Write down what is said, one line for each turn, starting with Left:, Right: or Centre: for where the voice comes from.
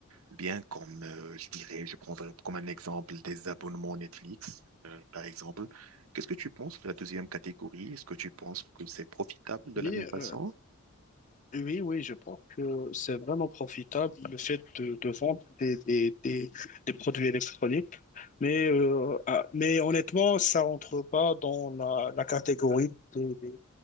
Right: bien comme, euh, je dirais, je prendrais comme un exemple des abonnements Netflix, euh, par exemple. Qu'est-ce que tu penses de la deuxième catégorie? Est-ce que tu penses que c'est profitable de
Left: oui,
Right: la même façon?
Left: euh, oui, oui, je pense que c'est vraiment profitable le fait de, de vendre des, des, des, des produits électroniques. Mais, euh, ah, mais honnêtement, ça rentre pas dans la, la catégorie des, des-